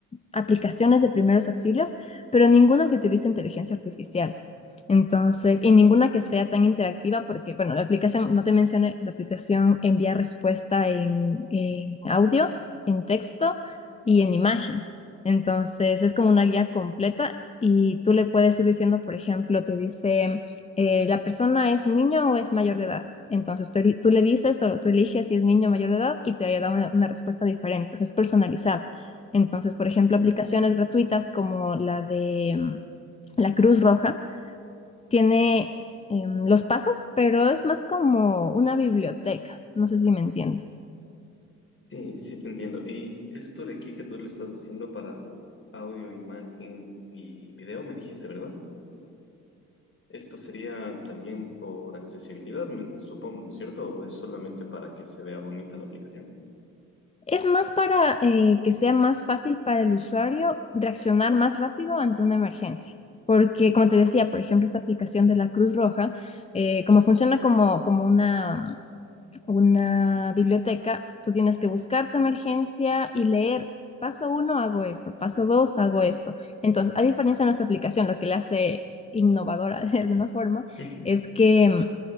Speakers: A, on the left; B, on the left.
A: aplicaciones de primeros auxilios, pero ninguna que utilice inteligencia artificial. Entonces, y ninguna que sea tan interactiva, porque, bueno, la aplicación, no te mencioné, la aplicación envía respuesta en, en audio, en texto y en imagen. Entonces es como una guía completa y tú le puedes ir diciendo, por ejemplo, te dice, eh, ¿la persona es un niño o es mayor de edad? Entonces tú, tú le dices o tú eliges si es niño o mayor de edad y te da una, una respuesta diferente, o sea, es personalizada. Entonces, por ejemplo,
B: mm,
A: aplicaciones
B: ok.
A: gratuitas como la de mm, la Cruz Roja tiene em, los pasos, pero es más como una biblioteca, no sé si me entiendes.
B: Sí, sí te entiendo. Y esto de aquí que tú le estás haciendo para audio, imagen y video, me dijiste, ¿verdad? Esto sería también por accesibilidad, me- supongo, ¿no es cierto? ¿O es solamente para que se vea bonita la aplicación?
A: Es más para eh, que sea más fácil para el usuario reaccionar más rápido ante una emergencia. Porque, como te decía, por ejemplo, esta aplicación de la Cruz Roja, eh, como funciona como, como una, una biblioteca, tú tienes que buscar tu emergencia y leer, paso uno hago esto, paso dos hago esto. Entonces, a diferencia de nuestra aplicación, lo que le hace innovadora <laughs> de alguna forma
B: <laughs>
A: es que mm,